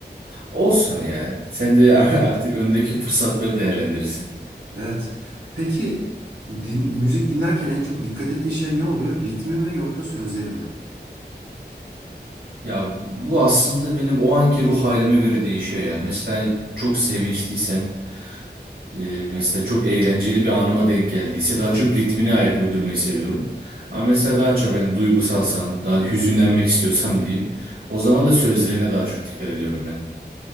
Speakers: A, on the right (about 70°); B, on the right (about 85°).
A: Olsun ya. Sen de <laughs> artık öndeki fırsatları değerlendirirsin.
B: Evet. Peki din- müzik dinlerken en çok dikkat ettiğin şey ne oluyor? Ritmi mi yoksa sözleri mi?
A: Ya bu aslında benim o anki ruh halime göre değişiyor ya. Mesela hani çok sevinçliysem E, mesela çok eğlenceli bir anıma denk geldiyse daha çok ritmine ayak uydurmayı seviyorum. Ama mesela daha çok hani duygusalsam, daha hüzünlenmek istiyorsam diyeyim. O zaman da sözlerine daha çok dikkat ediyorum ben.